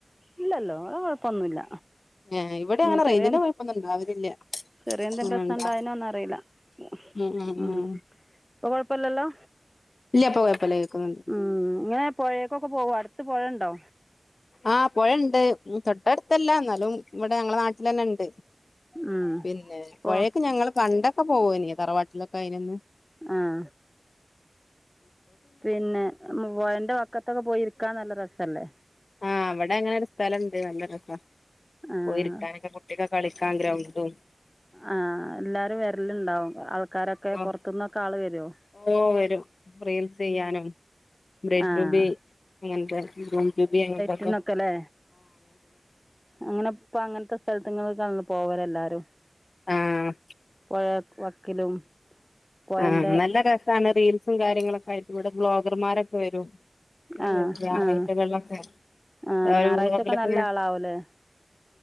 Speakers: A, in the centre; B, on the left.
A: ഇല്ലല്ലോ കൊഴപ്പൊന്നുമല്ല
B: ഏഹ് ഇവിടെ
A: ഇനി
B: അങ്ങനെ
A: ചെറിയ
B: റേഞ്ചിന്റെ കൊഴപ്പൊന്നും ഉണ്ടാവലില്ല
A: ചെറിയ എന്തേും
B: ആഹ്
A: പ്രശ്നം
B: ഇണ്ടാ
A: ഇണ്ടായനോ ഒന്നും അറിയില്ല ഉ
B: ഉം ഉം ഉം
A: ഇപ്പൊ കൊഴപ്പല്ലല്ലോ
B: ഇല്ല ഇപ്പൊ കൊഴപ്പല്ല കേക്കുന്നുണ്ട്
A: ഉം ഇങ്ങനെ പുഴേക്കൊക്കെ പോകോ അടുത്ത പുഴുണ്ടോ
B: ആഹ് പൊഴണ്ട് തൊട്ടടുത്തല്ല എന്നാലും ഇവിടെ ഞങ്ങളെ നാട്ടിൽ തന്നെ ഉണ്ട്
A: ഉം
B: പിന്നെ പുഴയക്ക്
A: ഓ
B: ഞങ്ങള്ൾ കണ്ടൊക്കെ പോവന തറവാട്ടിലൊക്കെ അയിൊന്ന്
A: ആഹ പിന്നെ മന്റെ ക്കത്തൊക്കെ പോയിരിക്കാൻ നല്ല രസല്ലേ
B: ആഹ് അവിടെ അങ്ങനെൊ ഒരു സ്ഥലംുണ്ട് നല്ല രസ
A: ആഹ്
B: പോയിക്കാക്ക കുട്ടിക്ക കളിക്കാങ്ക്ര വണ്ടും
A: ആഹ എല്ലാരും വിരലണ്ടാവും ആൾക്കാരൊക്കെ
B: ഓ
A: പുൊറത്തുന്നൊക്കെ ആള് വരുവോ
B: ഓ വരും റീൽസ് ചെയ്യാനും ബ്രെഡ്
A: ആഹ്
B: ൂബി അങ്ങനത്തെ ഗൂ ൂബി അങ്ങനത്തെ
A: ക്കെല്ലേ അങ്ങനെപ്പ അങ്ങനത്തെ സ്ഥല നിങ്ങള പോവല എല്ലാരും
B: ആഹ്
A: പുഴ വക്കിലും പൊഴന്റെ
B: ആഹ നല്ല രസമാണ് റീൽസും കാര്യങ്ങളൊക്കെ ആയിട്ട് ഇവിടെ ബ്ലോഗർമാരൊക്കെ വരും ഏ
A: ആഹ്
B: ഞായാറാഴച
A: ആഹ്
B: വെള്ളൊക്കെഊണുമക്കലൊക്കെ
A: ആഹ് ഞായറാഴ്ചൊക്കെ നല്ല ആളാവൂലേ